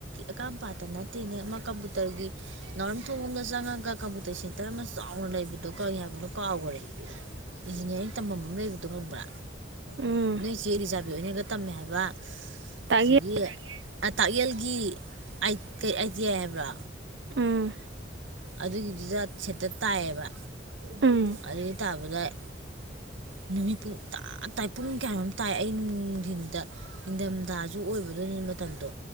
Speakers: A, on the right; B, on the right.
A: ꯑꯀꯥꯝꯄꯥꯥꯠꯇ ꯅꯠꯇꯦꯅꯦ ꯑꯃ ꯀꯝꯄꯨꯇꯔꯒꯤ ꯅꯥꯎꯔꯝ ꯊꯣꯡꯝꯗ ꯆꯪꯉꯒꯝ ꯑꯇꯇꯩ ꯁꯦꯟꯇꯔ ꯑꯃ ꯆꯥꯎꯅ ꯂꯩꯕꯗꯣ ꯀꯔꯤ ꯍꯥꯏꯕꯅꯣ ꯀꯥꯎꯈꯔꯦ ꯏꯟꯖꯤꯅꯤꯌꯥꯔꯤꯡ ꯇꯝꯐꯝ ꯑꯃ ꯂꯩꯕꯗꯣ ꯈꯪꯕ꯭ꯔꯥ
B: ꯎꯝ
A: ꯅꯣꯏ ꯆꯦ ꯔꯤꯖꯥ ꯅꯒ ꯇꯝꯃꯦ ꯍꯥꯏꯕ
B: ꯇꯥꯛꯌꯦ
A: ꯑꯁꯤꯒꯤꯒꯤ ꯇꯥꯛꯌꯦꯜꯒꯤ ꯑꯥꯏꯇꯤꯌꯥ ꯍꯥꯏꯕ꯭ꯔꯥ
B: ꯎꯝ
A: ꯑꯗꯨꯒꯤꯗꯨꯗ ꯁꯦꯠꯇ ꯇꯥꯏꯌꯦꯕ
B: ꯑꯝ
A: ꯑꯗꯨꯒꯤ ꯇꯥꯕꯗ ꯅꯨꯃꯤꯠ ꯄꯨꯡ ꯇ ꯇꯥꯏ ꯄꯨꯡ ꯀꯌꯥꯃꯣꯝ ꯇꯥꯏ ꯑꯩ ꯅꯨꯡꯊꯤꯟꯗ ꯅꯤꯡꯊꯝꯊꯥꯁꯨ ꯑꯣꯏꯕꯗꯣꯏꯅꯤ ꯃꯇꯝꯗꯣ